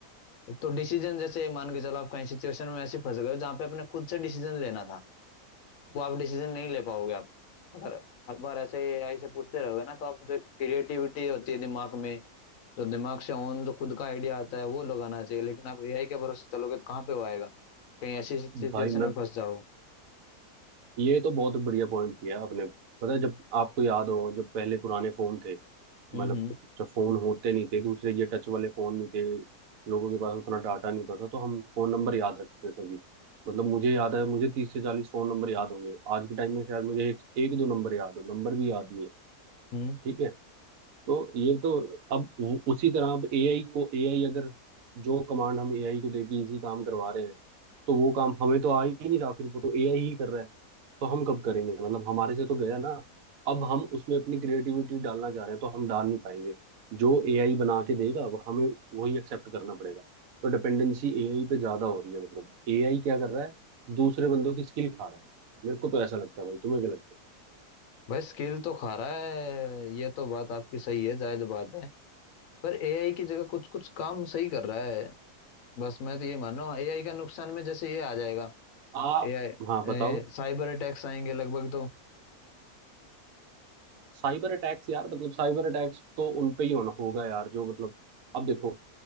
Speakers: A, on the left; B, on the right.
A: एक तो डिसीजन जैसे मान के चलो आप कहीं सिचुएशन में ऐसे फंस गए हो जहां पे अपने खुद से डिसीजन लेना था वो आप डिसीजन नहीं ले पाओगे आप अगर हर बार ऐसे एआई से पूछते रहोगे ना तो आप जो क्रिएटिविटी होती है दिमाग में जो दिमाग से ओन जो खुद का आइडिया आता है वो लगाना चाहिए लेकिन आप एआई के भरोसे चलोगे तो कहाँ पे वो आएगा कहीं ऐसी सिचुएशन
B: भाई मैं
A: में फंस जाओ
B: ये तो बहुत बढ़िया पॉइंट किया आपने पता है जब आपको याद हो जब पहले पुराने फोन थे
A: हम्म
B: मतलब
A: हम्म
B: जब फोन होते नहीं थे दूसरे ये टच वाले फोन नहीं थे लोगों के पास उतना डाटा नहीं होता था तो हम फोन नंबर याद रखते थे सभी मतलब मुझे याद है मुझे तीस से चालीस फोन नंबर याद होंगे आज के टाइम में शायद मुझे एक, एक दो नंबर याद हो नंबर भी याद नहीं है
A: हम्म
B: ठीक है तो ये तो अब उ- उसी तरह अब एआई को एआई अगर जो कमांड हम एआई को देके इसी काम करवा रहे हैं तो वो काम हमें तो आ ही नहीं रहा फिर वो तो एआई ही कर रहा है तो हम कब करेंगे मतलब हमारे से तो गया ना अब हम उसमें अपनी क्रिएटिविटी डालना चाह रहे हैं तो हम डाल नहीं पाएंगे जो एआई बना के देगा वो हमें वही एक्सेप्ट करना पड़ेगा तो डिपेंडेंसी एआई पे ज्यादा हो रही है मतलब एआई क्या कर रहा है दूसरे बंदों की स्किल खा रहा है मेरे को तो ऐसा लगता है भाई तुम्हें क्या लगता है
A: भाई स्किल तो खा रहा है ये तो बात आपकी सही है जायज बात है पर एआई की जगह कुछ कुछ काम सही कर रहा है बस मैं तो ये मान रहा हूँ एआई का नुकसान में जैसे ये आ जाएगा
B: आप
A: एआई
B: हाँ बताओ
A: साइबर अटैक्स आएंगे लगभग तो
B: साइबर अटैक्स यार मतलब साइबर अटैक्स तो उन पे ही होना होगा यार जो मतलब अब देखो